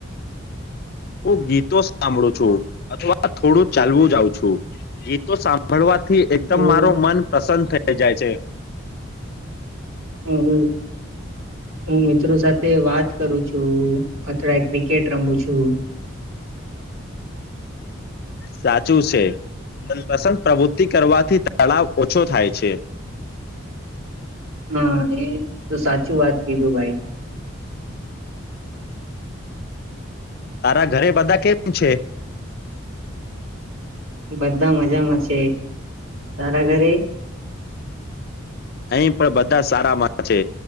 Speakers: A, on the left (about 50°); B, on the right (about 80°).
A: હું ગીતો સાંભળું છું અથવા થોડું ચાલવું જાઉ છું ગીતો સાંભળવા થી એકદમ
B: હું
A: મારો મન પ્રસન્ન થઈ જાય. જે
B: હ હું મિત્રો સાથે વાત કરું છું, અથવા ક્રિકેટ રમું છું.
A: સાચું છે મનપસંદ પ્રવૃત્તિ કરવાથી તળાવ ઓછો થાય છે.
B: હા એ તો સાચું વાત કીધું ભાઈ
A: તારા ઘરે બધા કેમ છે.
B: બધા મજામાં છે તારા ઘરે
A: અહી પણ બધા સારા મા છે